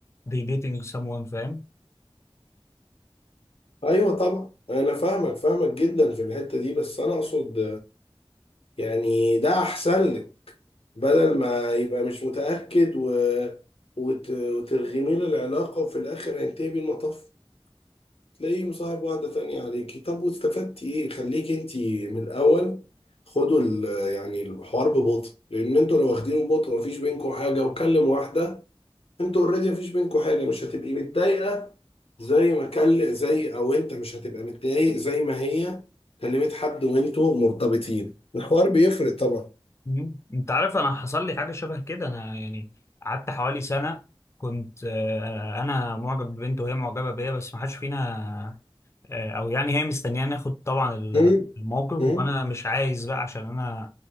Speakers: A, on the left; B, on the left.
A: they dating someone فاهم
B: ايوه طبعا انا فاهمك فاهمك جدا في الحتة دي بس انا اقصد يعني ده احسن لك بدل ما يبقى مش متأكد و... وت... وترغمي له العلاقة وفي الاخر هينتهي بالمطاف تلاقيه مصاحب واحدة تانية عليكي طب واستفدتي ايه خليكي انتي من الأول خدوا ال- يعني الحوار ببطء لأن انتوا لو واخدينه ببطء مفيش بينكوا حاجة وكلم واحدة انتوا اوريدي مفيش بينكوا حاجة مش هتبقي متضايقة زي ما كل زي أو انت مش هتبقى متضايق زي ما هي كلمت حد وانتوا مرتبطين الحوار بيفرق طبعا
A: مم. انت عارف انا حصل لي حاجه شبه كده انا يعني قعدت حوالي سنه كنت آه، انا معجب ببنت وهي معجبه بيا بس ما حدش فينا آه، او يعني هي مستنياني ناخد طبعا ال-
B: مم.
A: الموقف
B: مم.
A: وانا مش عايز بقى عشان انا